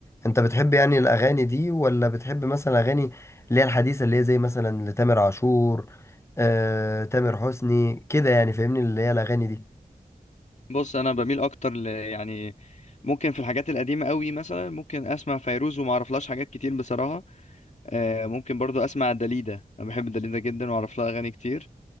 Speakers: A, on the left; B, on the left.
A: انت بتحب يعني الاغاني دي ولا بتحب مثلا اغاني اللي هي الحديثه اللي هي زي مثلا لتامر عاشور آه، تامر حسني كده يعني فاهمني اللي هي الاغاني دي
B: بص انا بميل اكتر ل يعني ممكن في الحاجات القديمه قوي مثلا ممكن اسمع فيروز وما اعرفلهاش حاجات كتير بصراحه آه ممكن برضو اسمع داليدا انا بحب داليدا جدا واعرف لها اغاني كتير